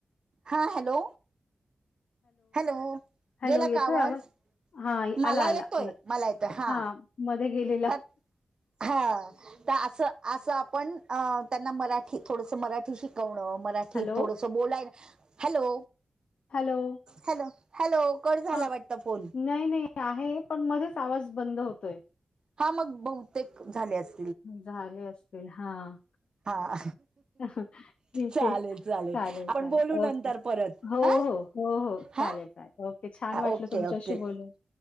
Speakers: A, on the right; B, on the left.
A: हा हॅलो हॅलो
B: हॅलो
A: गेला
B: येतोय
A: का आवाज
B: हा
A: मला
B: आला, आला,
A: येतोय
B: आला.
A: मला येतोय हा
B: हां, मध्ये गेले
A: तर हा तर असं असं आपण अ त्यांना मराठी थोडस मराठी शिकवणं मराठीत
B: हॅलो,
A: थोडस सो बोलाय hello
B: hello
A: hello hello cut झाला
B: हां.
A: वाटत फोन
B: नाही नाही आहे पण मध्येच आवाज बंद होतोय
A: हा मग बहुतेक झाले अस
B: झाले असतील हा.
A: हा
B: ठीक
A: चालेल
B: आहे चालेल
A: आपण
B: चालेल
A: बोलू नंतर
B: ओके.
A: परत
B: हो
A: हा
B: हो हो हो.
A: हा
B: चालेल, चालेल. ओके. छान वाटलं
A: ओके
B: तुमच्याशी
A: ओके
B: बोलून.